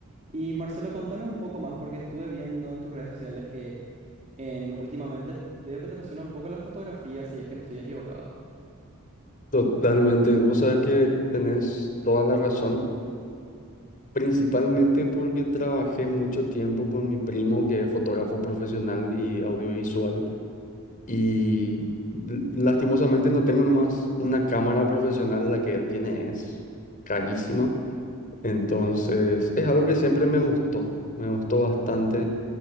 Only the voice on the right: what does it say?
Y Marcelo, contame un poco más porque estuve viendo en tus redes sociales que en, últimamente t- veo que te apasiona un poco la fotografía, si es que no estoy equivocado.